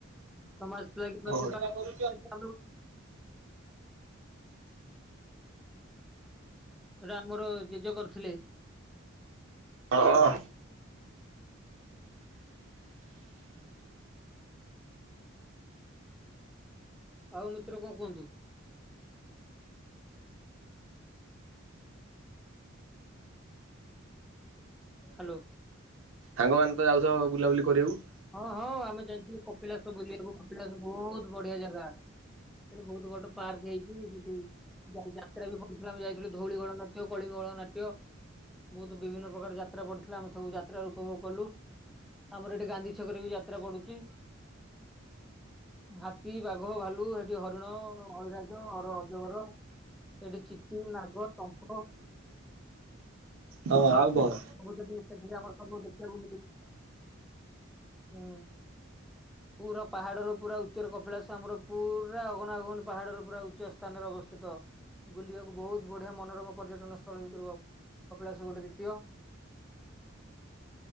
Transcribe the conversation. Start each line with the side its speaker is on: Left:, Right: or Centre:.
Centre: ସମାଜକୁ ଲାଗି
Right: ସେବା କରୁ
Centre: <unintelligible> ସେଟା ଆମର ଜେଜେ କରିଥିଲେ।
Right: ଆଃ।
Centre: ଆଉ ମିତ୍ର କଣ କୁହନ୍ତୁ? ହାଲୋ।
Right: ସାଙ୍ଗମାନେ ତ ଯାଉଥିବ ବୁଲାବୁଲି କରିବାକୁ।
Centre: ହଁ ହଁ ଆମେ ଯାଇଥିଲୁ କପିଳାସ ବୁଲିବାକୁ କପିଳାସ ବହୁତ ବଢିଆ ଜାଗା। ସେଠି ବହୁତ ବଡ ପାର୍କ ହେଇଛି ସେଠି ଯାତ୍ରା ବି ସେଇଠି ଆମେ ଯାଇଥିଲୁ ଧଉଳି ବଳ ନାଟ୍ୟ, କଳିଙ୍ଗ ବଳ ନାଟ୍ୟ। ବହୁତ ବିଭିନ୍ନ ପ୍ରକାର ଯାତ୍ରା ପଡିଥିଲା ଆମେ ସବୁ ଯାତ୍ରା ର ଉପଭୋଗ କଲୁ ଆମର ଏଠି ଗାନ୍ଧୀ ଛି କରିକି ଯାତ୍ରା ପଡୁଛି ହାତୀ, ବାଘ, ଭାଲୁ ସେଠି ହରିଣ, ଅଇରାଜ, ଅଜଗର। ଏଠି ଚିିତି, ନାଗ, ତମ୍ପ।
Right: ହଁ ଆଉ କଣ?
Centre: ସବୁ ସେଠି ସେଠି ଆମର ସବୁ ଦେଖିବାକୁ ହୁଁ। ପୁରା ପାହାଡର ପୁରା ଉଚ୍ଚର କପିଳାସ ଆମର ପୁରା ଅଗନାଗନୀ ପାହାଡର ପୁରା ଉଚ୍ଚ ସ୍ଥାନରେ ଅବସ୍ଥିତ। ବୁଲିବାକୁ ବହୁତ ବଢିଆ ମନୋରମ ପର୍ଯ୍ୟଟନ ସ୍ଥଳ ଭିତରୁ କପିଳାସ ଗୋଟେ ଦ୍ୱିତୀୟ। <inaudible>